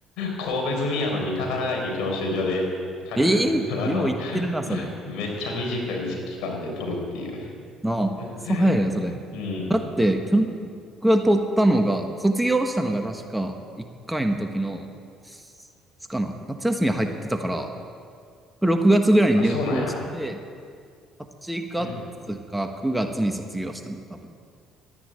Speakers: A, on the left; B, in the centre.
A: 神戸住みやのに宝ヶ池教習所で仮面、
B: えー、
A: <laughs> あの、
B: よう言ってるな、それ。
A: めっちゃ短い期間で取るってい
B: なあ、
A: う。
B: クソ早いよ、それ。
A: うん。
B: だって、きょ、僕が取ったのが、卒業したのが確か1回の時の、いつかな、夏休み入ってたから、6月ぐらいに入校して、
A: あ、そうなんや。
B: 8月か9月に卒業したの、
A: うん。
B: 多分。